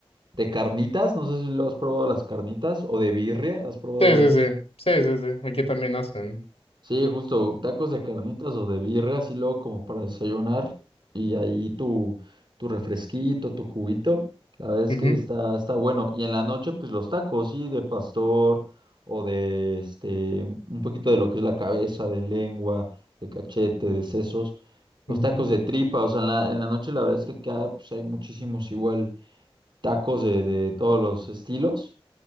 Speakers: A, on the right (about 50°); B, on the left (about 80°).
A: de carnitas, no sé si lo has probado las carnitas, o de birria, ¿has probado
B: Sí,
A: la birria?
B: sí, sí. Sí, sí, sí. Aquí también hacen.
A: Sí, justo, tacos de carnitas o de birria, así luego como para desayunar, y ahí tu, tu refresquito, tu juguito, la verdad es
B: Ujú,
A: que está, está bueno. Y en la noche, pues los tacos, sí, de pastor, o de, este, un un poquito de lo que es la cabeza, de lengua, de cachete, de sesos. Los
B: ujú,
A: tacos de tripa, o sea, en la, en la noche la verdad es que acá pues, hay muchísimos igual tacos de, de todos los estilos.